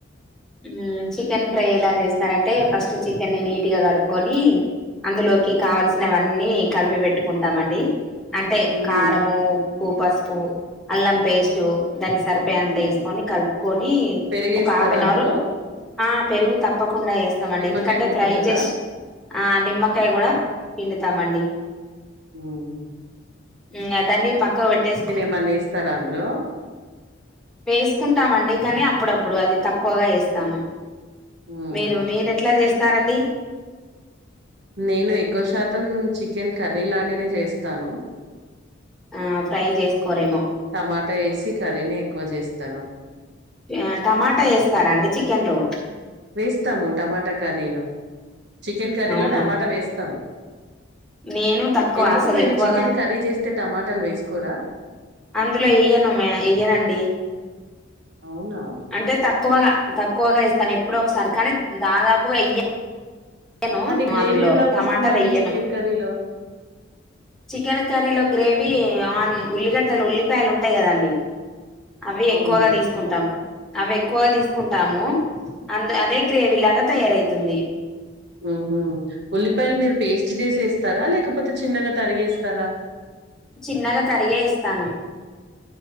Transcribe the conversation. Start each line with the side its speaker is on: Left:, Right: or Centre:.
Centre: ఉమ్ చికెన్ ఫ్రై ఎలా చేస్తారంటే ఫస్ట్ చికెన్ని నీట్గ కడుక్కకొని అందులోకి కావలసినవన్నీ కలిపి పెట్టుకుంటామండి అంటే
Right: ఉమ్
Centre: కారము, ఉప్పు ఉప్పు, పసుపు, అల్లం పేస్టు దాని సరిపోయే అంత
Right: ఉమ్
Centre: ఏసుకొని కలుపుకొనీ
Right: పెరిగేస్తారా
Centre: ఒక హాఫ్ అన్
Right: అందులో
Centre: అవరు ఆ పెరుగు తప్పకుండా ఏస్తమండి
Right: నిమ్మకాయ
Centre: ఎందుకంటే
Right: పిండుతారా
Centre: ఫ్రై జేశ్ ఆ నిమ్మకాయ గూడా పిండుతామండి.
Right: ఊహు
Centre: ఉ అ దాన్నీ పక్కక్ పెట్టేసుకోఆల్
Right: ఏమన్నా ఏస్తారా అందులో
Centre: వేసుకుంటామండి కానీ అప్పుడప్పుడు అది తక్కువగా ఏస్తాము.
Right: ఉమ్
Centre: మీరు మీరెట్లా చేస్తారండి.
Right: నేను ఎక్కువ శాతం చికెన్ కర్రీ లాగానే జేస్తాను.
Centre: ఆ ఫ్రై చేసుకోరేమో.
Right: వాట ఏసి కర్రీనే ఎక్కువ జేస్తాను.
Centre: యా టమాటా ఏస్తారా అండి చికెన్ లో
Right: వేస్తాము టమాటా కర్రీలో చికెన్ కర్రీలో
Centre: అవునా
Right: టమాటా వేస్తాము.
Centre: నేను తక్కువ
Right: ఎందుకు
Centre: అసలు
Right: మీరు
Centre: ఎక్కువగా
Right: చికెన్ కర్రీ చేస్తే టమాటాలు వేసుకోరా.
Centre: అందులో ఎయ్యను మే ఎయ్యనండి.
Right: అవునా
Centre: అంటే తక్కువగా తక్క్ క్కువగా ఏస్తాను ఎప్పుడో ఒకసారి కానీ దాదాపుగా ఎయ్యన్ యనూ
Right: మరి గ్రేవీ
Centre: అందులో
Right: ఎలాగ
Centre: టమాట
Right: వస్తుందండి
Centre: వెయ్యను.
Right: చికెన్ కర్రీలో
Centre: చికెన్ కర్రీలో గ్రేవీ ఆన్ ఉల్లిగడ్డలు ఉల్లిపాయలు ఉంటాయి గదా అండి. అవి
Right: అవును
Centre: ఎక్కువగా తీసుకుంటాం. అవి ఎక్కువగా తీసుకుంటాము. అంద్ అదే గ్రేవీ లాగా తయారయితుంది.
Right: ఊహు ఉల్లిపాయలు మీరు పేస్ట్ జేసి ఏస్ స్తరా లేకపోతే చిన్నగా తరిగేస్తారా.
Centre: చిన్నగా తరిగే ఏస్తాను.